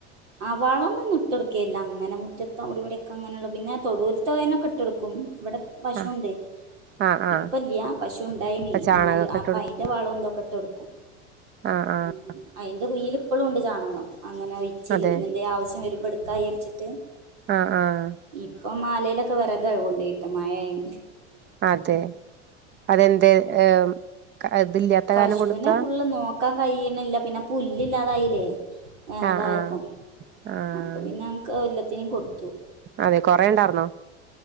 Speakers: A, on the right (about 80°); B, on the right (about 30°).
A: ആ വളം ഒന്നും ഇട്ട്കൊടുക്കല്ല അങ്ങനെ മുറ്റത്ത് അടിവിടൊക്കെ അങ്ങനെ ഉള്ളൂ പിന്നെ തൊടുൽത്തേനൊക്കെ ഇട്ട് കൊടുക്കും ഇവിടെ പശുണ്ടേ
B: ആഹ് ആഹ് ആഹ്
A: ഇപ്പല്ലയാ പശു ഉണ്ടായിനീ
B: അപ്പൊ ചാണകൊക്കെ
A: എന്നാല് അപ്പ
B: ഇട്ട് കൊടുക്കും
A: അയിൻ്റെ വളന്തൊക്കെ ഇട്ടു കൊടുക്കും
B: ആഹ് ആഹ്
A: ഉ അയിന്റെ കുൽ ഇപ്പോഴും ഉണ്ട് ചാണകം അങ്ങനെ ഒഴിച്ചില്ല
B: അതെ
A: പിന്നെ എന്ത ആവശ്യം വരുമ്പോ എടു ക്കാ വിചാരിച്ചിട്ട്
B: ആഹ് ആഹ്
A: ഇപ്പം മാലയിലൊക്കെ വിറക് കൊണ്ട് പോയി ഇട്ട് മഴ ആയോണ്ട്
B: അതെ അതെന്താ ഏ അതില്ലാത്ത
A: പശുവിനെ
B: കാരണം കൊടുത്താ
A: ഫുള്ള് നോക്കാൻ കഴണില്ല പിന്നെ പുല്ലില്ലാതായില്ലേ വേനലായപ്പം
B: ആഹ് ആഹ് ആഹ്
A: അപ്പോൾ പിന്നെ അൻക് എല്ലാത്തിനെയും കൊടുത്തു
B: അതെ കൊറെ ഉണ്ടായിരുന്നോ